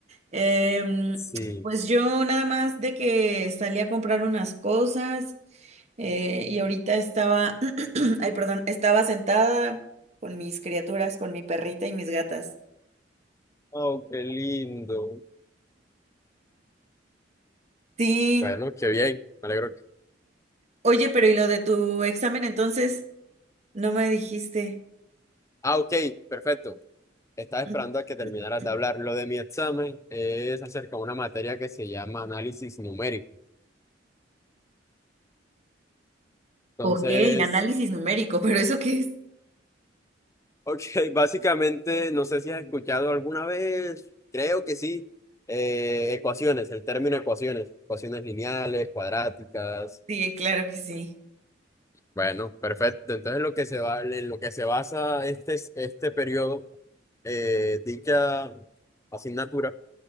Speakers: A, on the right; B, on the left.
A: Em,
B: Sí.
A: pues yo nada más de que salí a comprar unas cosas eh, y ahorita estaba, <clears throat> ay, perdón, estaba sentada con mis criaturas, con mi perrita y mis gatas.
B: Oh, qué lindo.
A: Sí,
B: Bueno, qué bien, me alegro. que-
A: oye, pero ¿y lo de tu examen entonces? No me dijiste.
B: Ah, ok, perfecto. Estaba
A: <clears throat>
B: esperando a que terminaras de hablar. Lo de mi examen es acerca de una materia que se llama análisis numérico. Entonces,
A: Ok, análisis numérico, pero ¿eso qué es?
B: Ok, básicamente, no sé si has escuchado alguna vez, creo que sí, eh, ecuaciones, el término ecuaciones, ecuaciones lineales, cuadráticas.
A: Sí, claro que sí.
B: Bueno, perfecto. Entonces, lo que se va, en lo que se basa este, este periodo, eh, dicha asignatura,